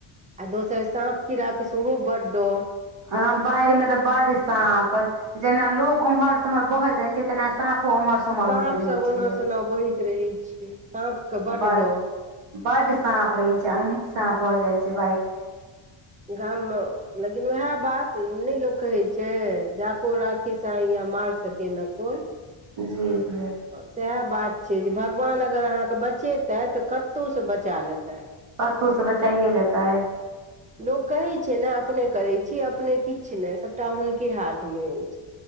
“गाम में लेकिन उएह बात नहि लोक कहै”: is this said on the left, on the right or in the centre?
Right